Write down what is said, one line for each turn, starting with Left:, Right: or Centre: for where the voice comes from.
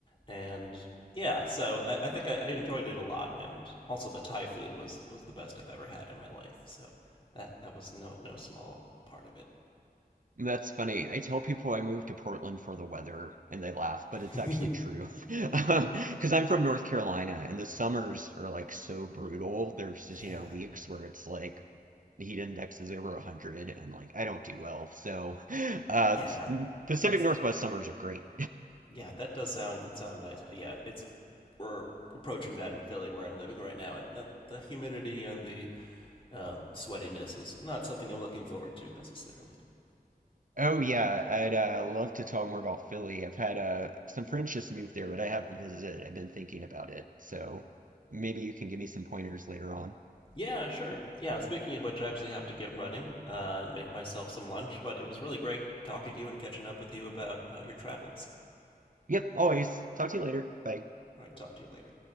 Left: and yeah, so I, I think I, I enjoyed it a lot, and also the Thai food was was the best I've ever had in my life. So that that was no no small part of it.
Right: That's funny. I tell people I moved to Portland for the weather and they laugh, but it's
Left: <laughs>
Right: actually true. <laughs> Because I'm from North Carolina and the summers are like so brutal. There's just,
Left: yeah,
Right: you know, weeks where it's like the heat index is over 100 and like I don't do well. So uh,
Left: yeah,
Right: Pacific
Left: that's
Right: Northwest summers are great.
Left: yeah, that does sound that sound nice. Uh, Yeah, it's we're approaching that in Philly where I'm living right now, and that the humidity and the um, sweatiness is not something I'm looking forward to necessarily.
Right: Oh, yeah. I'd uh, love to talk more about Philly. I've had uh, some friends just move there, but I haven't visited. I've been thinking about it. So maybe you can give me some pointers later on.
Left: Yeah, sure. Yeah, speaking of which, I actually have to get running uh, and make myself some lunch, but it was really great talking to you and catching up with you about, about your travels.
Right: Yep, always. Talk to you later. Bye.
Left: All right, talk to you later.